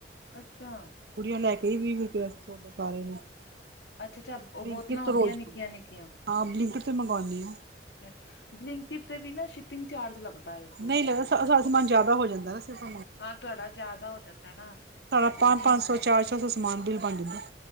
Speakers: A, on the left; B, on the right.
A: ਅੱਛਾ,
B: ਪੁੜੀਆਂ ਲੈ ਕੇ ਵੀ ਵੀਹ ਰੁਪਏ ਸੋਡਾ ਪਾ ਰਹੇ ਨੇ।
A: ਅੱਛਾ-ਅੱਛਾ ਓ
B: ਬਲਿੰਕਟ
A: ਬੋਤਲਾਂ ਹੋਣਗੀਆਂ
B: ਤੋਂ ਰੋਜ਼
A: ਨਿੱਕੀਆਂ-ਨਿੱਕੀਆਂ।
B: ਹਾਂ, ਬਲਿੰਕਟ ਤੇ ਮੰਗੋਨੀ ਆ।
A: ਅੱਛਾ, ਬਲਿੰਕਟ ਤੇ ਵੀ ਨਾ ਸ਼ਿਪਿੰਗ ਚਾਰਜ ਲੱਗ ਦਾ ਏ, ਦੋ
B: ਨਹੀਂ
A: ਸੌ
B: ਲੱਗਦਾ
A: ਤੋਂ ਘੱਟ।
B: ਸਾਡਾ ਸਮਾਨ ਜ਼ਿਆਦਾ ਹੋ ਜਾਂਦਾ ਨਾ ਸਿਰਫ
A: ਹਾਂ, ਤੁਹਾਡਾ ਜ਼ਿਆਦਾ ਹੋ ਜਾਂਦਾ ਨਾ।
B: ਪਰ,
A: ਸਾਡੇ
B: ਆਪਾਂ
A: ਨੀ
B: ਪੰਜ
A: ਹੁੰਦਾ
B: ਸੌ, ਚਾਰ ਸੌ-ਸੌ ਸਮਾਨ ਬਿੱਲ ਬਣ ਜਾਂਦਾ।